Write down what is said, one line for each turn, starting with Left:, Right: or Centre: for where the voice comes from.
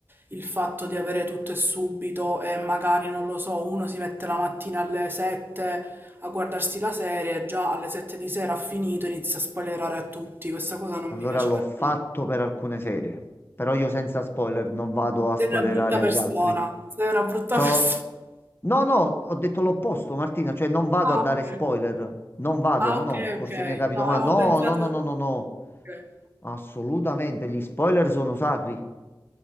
Right: il fatto di avere tutto e subito e magari, non lo so, uno si mette la mattina alle 7 a guardarsi la serie e già alle 7 di sera ha finito, e inizia a spoilerare a tutti. Questa cosa non
Left: Allora
Right: mi piace
Left: l'ho
Right: per
Left: fatto
Right: niente.
Left: per alcune serie. Però io senza spoiler non vado a spoilerare
Right: Sei una brutta
Left: agli
Right: persona,
Left: altri.
Right: sei una brutta
Left: C'ho...
Right: persona. <laughs>
Left: No, no, ho detto l'opposto, Martina, cioè non vado
Right: Ah,
Left: a dare
Right: ok,
Left: spoiler. Non vado,
Right: Ah,
Left: no,
Right: ok,
Left: no, forse
Right: ok.
Left: mi hai capito
Right: No,
Left: male.
Right: avevo
Left: No,
Right: pensato...
Left: no, no, no, no, no.
Right: ok.
Left: Assolutamente, gli spoiler sono sacri.